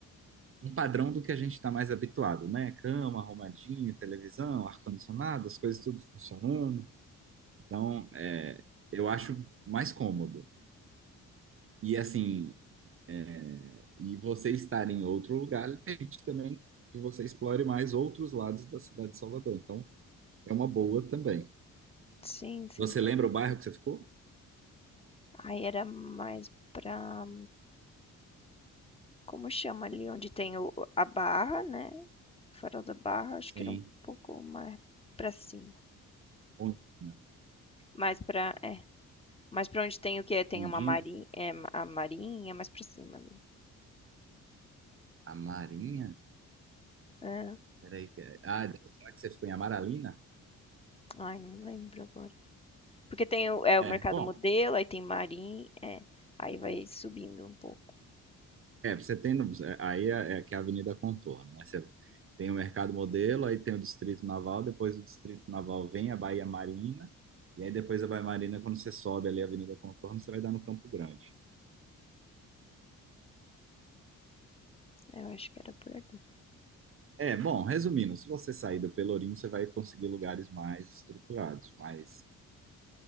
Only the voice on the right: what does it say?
um padrão do que a gente está mais habituado, né? Cama, arrumadinha, televisão, ar-condicionado, as coisas tudo funcionando. Então, é, eu acho mais cômodo. E assim, é, e você estar em outro lugar permite também que você explore mais outros lados da cidade de Salvador. Então, é uma boa também.
Você lembra
o bairro que você ficou?
Sim.
Ondina.
Ondina?
A Marinha?
Peraí. que- Ah, será que você ficou em Amaralina?
É,
bom.
É, você tem. no- é, Aí é, é que é a Avenida Contorno, né? Você tem o Mercado Modelo, aí tem o Distrito Naval, depois o Distrito Naval vem a Baía Marina, e aí depois a Baía Marina, quando você sobe ali a Avenida Contorno, você vai dar no Campo Grande.
É, bom, resumindo, se você sair do Pelourinho, você vai conseguir lugares mais estruturados, mais,